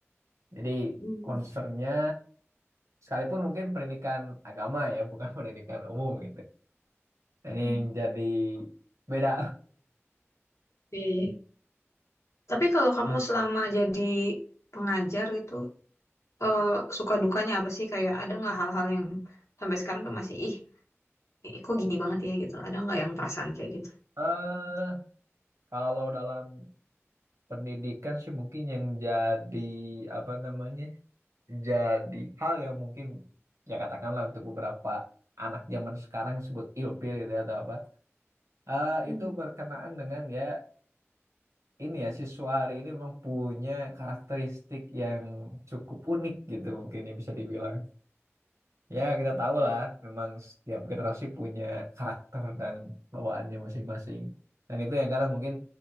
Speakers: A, on the right; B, on the left.
A: jadi
B: Hmm,
A: concernnya sekalipun mungkin pendidikan agama ya bukan <laughs> pendidikan umum gitu Nah, ini
B: hmm.
A: yang jadi beda
B: Iya, iya. Tapi kalau kamu selama jadi pengajar gitu eh, suka dukanya apa sih? Kayak ada nggak hal-hal yang sampai sekarang tuh masih ih ih, kok gini banget ya gitu. Ada nggak yang perasaan kayak gitu?
A: <laughs> eh kalau dalam pendidikan sih mungkin yang jadi apa namanya jadi hal yang mungkin ya katakanlah untuk beberapa anak zaman sekarang sebut ilfil gitu ya, atau apa eh,
B: Hmm.
A: itu berkenaan dengan ya ini ya siswa hari ini memang punya karakteristik yang cukup unik gitu mungkin ya bisa dibilang ya kita tahu
B: Hmm.
A: lah memang setiap generasi punya karakter dan bawaannya masing-masing dan itu yang karena mungkin